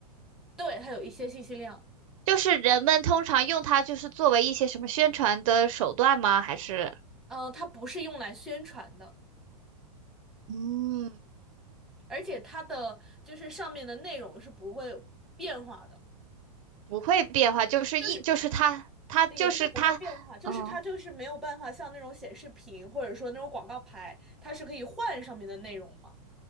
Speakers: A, in the centre; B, on the right (about 55°).
A: 对，它有一些信息量。
B: 就是人们通常用它就是作为一些什么宣传的手段吗？还是
A: 嗯、它不是用来宣传的，
B: 嗯，
A: 而且它的就是上面的内容是不会变化的，
B: 不会变化，就是一就是它，
A: 就是
B: 它就是它，
A: 也不是不会变化，就是它就是没有办法像那种显示屏或者说那种广告牌，
B: 嗯
A: 它是可以换上面的内容嘛。